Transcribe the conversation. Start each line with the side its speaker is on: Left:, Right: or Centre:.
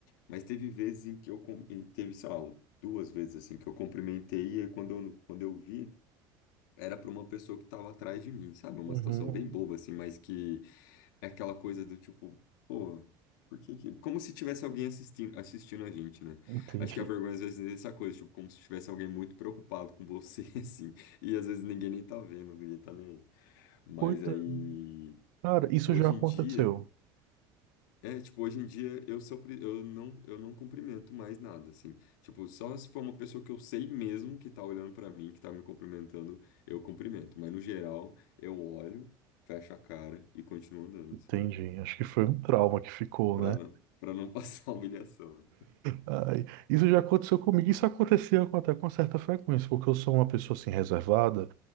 Left: mas teve vezes em que eu cum- e teve, sei lá, duas vezes assim que eu cumprimentei e aí quando eu, quando eu vi era para uma pessoa que estava atrás de mim, sabe? Uma
Right: uhum,
Left: situação bem boba assim, mas que é aquela coisa do tipo, pô, por que que... Como se tivesse alguém assistindo, assistindo a gente, né?
Right: entendi.
Left: Acho que a vergonha às vezes é essa coisa, tipo, como se tivesse alguém muito preocupado com você, <laughs> assim. E às vezes ninguém nem tá vendo, ninguém tá nem aí. Mas
Right: Pois
Left: aí,
Right: é, cara, isso
Left: hoje
Right: já aconteceu.
Left: em dia... É, tipo, hoje em dia eu sou, pri- eu não, eu não cumprimento mais nada, assim. Tipo, só se for uma pessoa que eu sei mesmo que tá olhando pra mim, que tá me cumprimentando, eu cumprimento. Mas no geral, eu olho, fecho a cara e continuo andando,
Right: Entendi.
Left: assim.
Right: Acho que foi um trauma que ficou,
Left: para
Right: né?
Left: não, para não <laughs> passar humilhação, né?
Right: Ai, isso já aconteceu comigo, isso acontecia com- até com certa frequência, porque eu sou uma pessoa assim reservada,